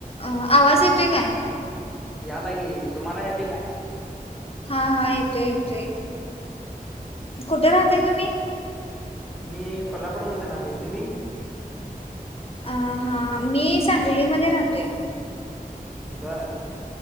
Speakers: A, on the left (about 40°); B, in the centre.
A: अ आवाज येतोय काय?
B: यालायकी. तुम्हाला येतोय काय?
A: हा. हा. येतोय, येतोय. कुठं राहताय तुम्ही?
B: मी कोल्हापूरमध्ये राहतोय. तुम्ही?
A: अ हा मी सांगलीमध्ये राहतोय.
B: बरं.